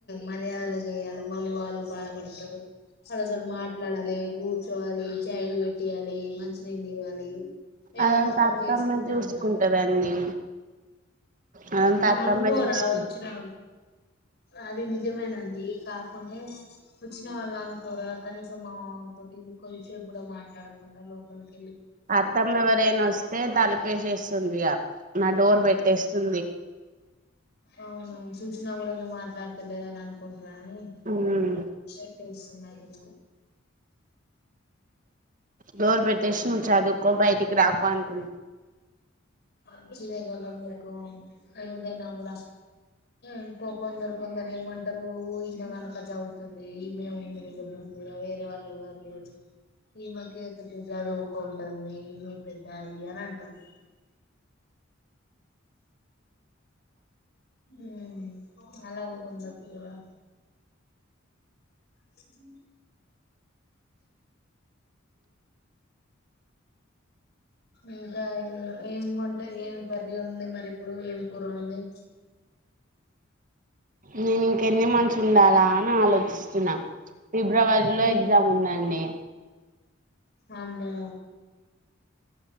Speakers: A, on the left; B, on the right.
A: మర్యాదలు జెయ్యాలె మళ్ళీ వాళ్ళు బాధపడతరు వాళ్ళు అసలు మాట్లాడలే కూర్చోవాలి చాయ్ లు పెట్టియాలి మంచినీళ్ళు ఇవ్వాలి ఏదనా
B: అదంతా
A: ఒకటి
B: అత్తమ్మే
A: చేస్తూనే
B: చూసుకుంటదండి
A: ఉండాలి
B: అదంతా అత్తమ్మే
A: అమ్ముకోరా
B: చూసుకుంట
A: వచ్చినా అది నిజమేనండి కాక ఉంటే వచ్చిన వాళ్ళు అనుకోరా కనీసం మా తోటి కొదిసేపు కూడా మాట్లాడకుండా లోపలి
B: అత్తమ్మ ఎవరైనా వస్తే తలపేసేస్తుందిగ నా డోర్ పెట్ తెస్తుంది
A: అవును సూసినా కూడా నువ్వు మాట్లాడతలేదని అనుకు రాణీ
B: మ్మ్
A: షేక్ పిలుస్తున్నాడు
B: డోర్ పెట్టేసి నువ్వు చదువుకో బయటికి రాకు అంటుంది
A: ఇచ్చేదేగద మీకు ఏదైనా కూడా ఇంకో కొందరు కొందరు ఏమంటరు ఈమె కనక చదువుతుంది ఈమె ఉండేది బు ఇగ వేరే వాళ్ళు ఎవర్లేరు ఈ మ ఇంకే పెద్ద చదువుకోంటుంది మీ పెద్ద అది అని అంటంది హ్మ్ అలాగూడ ఉండొచ్చు గదా అ ఇంకా ఏం వంట ఏమి కర్రి ఉంది మరి ఇప్పుడు ఏమి కూర ఉంది
B: నేను ఇంక ఎన్ని మంత్స్ ఉండాలా అని ఆలోచిస్ తున్నా ఫిబ్రవరిలో
A: మీ
B: ఎగ్జామ్ ఉందండి
A: అమ్మో